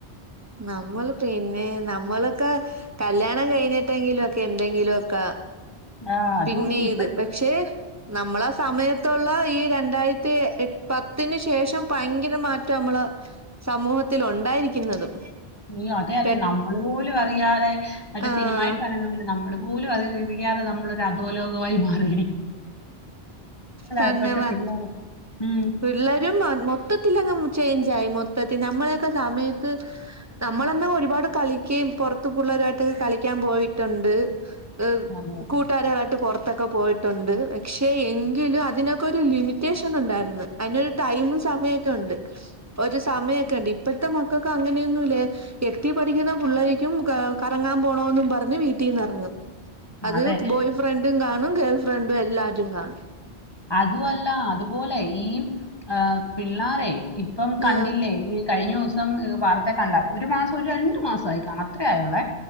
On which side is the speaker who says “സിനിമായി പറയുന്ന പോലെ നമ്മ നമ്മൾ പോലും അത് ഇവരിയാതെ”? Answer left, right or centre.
Left